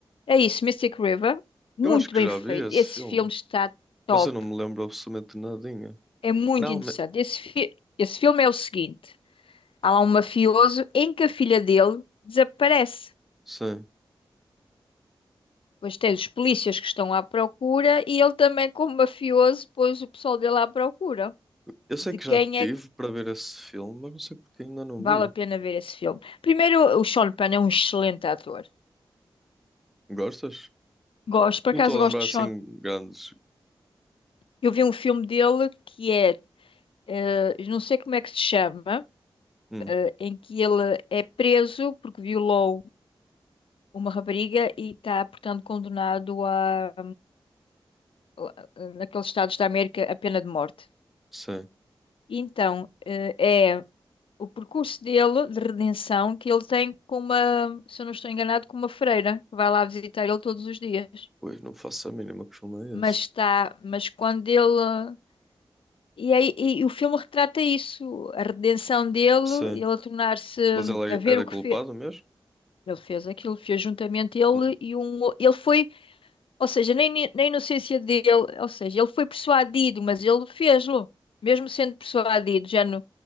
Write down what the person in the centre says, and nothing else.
Eu acho que
já
vi esse
filme,
mas eu não me lembro absolutamente nadinha.
Não,
me...
sim.
Eu sei
que
já tive
para ver esse filme, mas não sei porque ainda não vi.
Gostas?
Não
estou
a lembrar
assim
grandes.
Hum,
sim.
Ui, não faço a mínima que filme é
esse.
Sim.
Mas ele
é-
era
culpado
mesmo?
Hum,